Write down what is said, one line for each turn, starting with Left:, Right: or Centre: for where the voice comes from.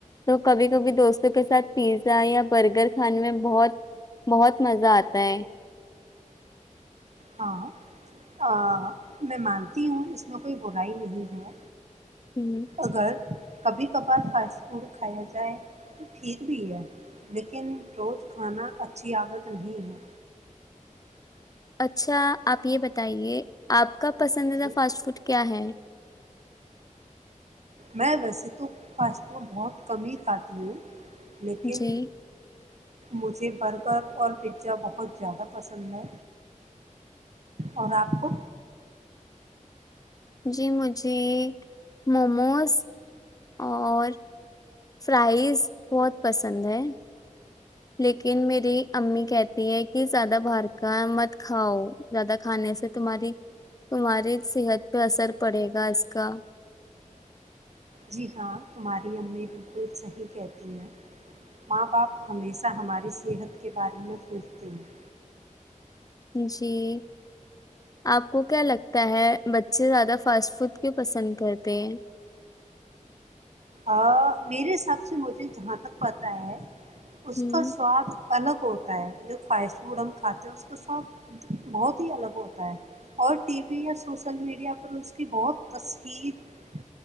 Left: تو کبھی کبھی دوستوں کے ساتھ پیزا یا برگر کھانے میں بہت بہت مزہ آتا ہے
Right: ہاں میں مانتی ہوں اس میں کوئی برائی نہیں ہے
Left: ہ
Right: اگر کبھی کبھار فاسٹ فوڈ کھایا جائے تو ٹھیک بھی ہے لیکن روز کھانا اچھی عادت نہیں ہے
Left: اچھا آپ یہ بتائیے آپ کا پسندیدہ
Right: جی،
Left: فاسٹ فوڈ کیا ہے
Right: میں ویسے تو فاسٹ فوڈ بہت کم ہی کھاتی ہوں لیکن
Left: جی
Right: مجھے برگر اور پزا بہت زیادہ پسند ہے اور آپ کو
Left: جی مجھے موموز اور فرائز بہت پسند ہے لیکن میری امی کہتی ہے کہ زیادہ باہر کا مت کھاؤ زیادہ کھانے سے تمہاری تمہاری صحت پہ اثر پڑے گا اس کا
Right: جی ہاں تمہاری امی بالکل صحیح کہتی ہیں ماں باپ ہمیشہ ہماری صحت کے بارے میں سوچتے ہیں
Left: جی آپ کو کیا لگتا ہے بچے زیادہ فاسٹ فوڈ کیوں پسند کرتے ہیں
Right: ا میرے حساب سے مجھے جہاں تک پتا ہے
Left: ہیں
Right: اس کا سواد الگ ہوتا ہے جو فاسٹ فوڈ ہم کھاتے ہیں اس کا سواد بہت ہی الگ ہوتا ہے اور ٹی وی یا سوسل میڈیا پر اس کی بہت تصہیر